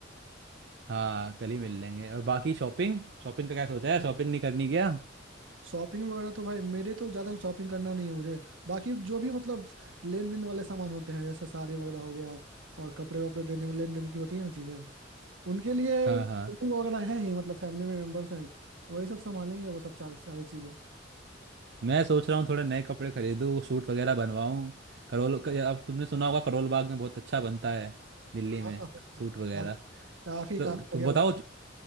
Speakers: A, on the right (about 60°); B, on the right (about 85°).
A: हाँ कल ही मिल लेंगे और बाकी शॉपिंग शॉपिंग का क्या सोचा है शॉपिंग नहीं करनी क्या
B: शॉपिंग वगैरह तो भाई मेरे तो ज़्यादा शॉपिंग करना नहीं है मुझे बाकी जो भी मतलब लेन देन वाले सामान होते हैं जैसे साड़ी वगैरह हो गया और कपड़े वपड़े देने में लेन देन की होती है ना चीज़ें उनके लिए
A: हाँ
B: कुकिंग
A: हाँ
B: वगैरह है ही मतलब फैमिली में मेंबर्स हैं तो वही सब संभालेंगे वो सब चार सारी चीजें
A: मैं सोच रहा हूँ थोड़े नए कपड़े खरीदूँ सूट वगैरह बनवाऊँ करोल क- अब तुमने सुना होगा करोल बाग में बहुत अच्छा बनता है दिल्ली
B: हाँ
A: में
B: हाँ हाँ
A: सूट
B: हाँ,
A: वगैरह
B: का, काफी
A: तो
B: काफी
A: तो
B: बढ़िया
A: बताओ
B: बना